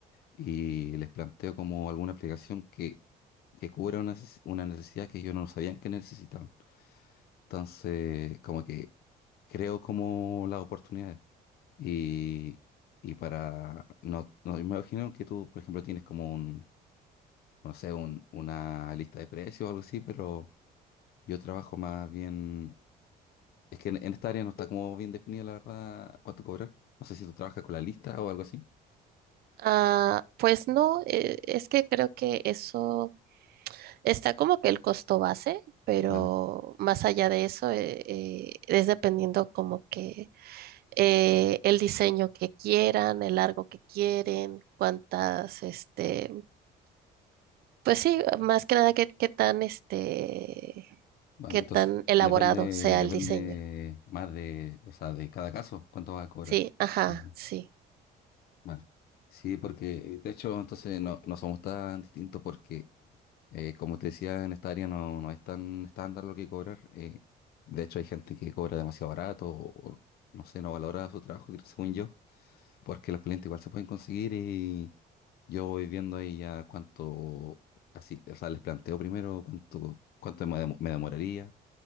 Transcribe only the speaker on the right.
Ah, pues no, eh, es que creo que eso Está como que el costo base, pero
más allá de eso eh, eh, es dependiendo como que eh, el diseño que quieran, el largo que quieren, cuántas, este, pues sí, más que nada qué, qué tan, este,
qué
tan elaborado
sea
el diseño.
Sí, ajá,
sí,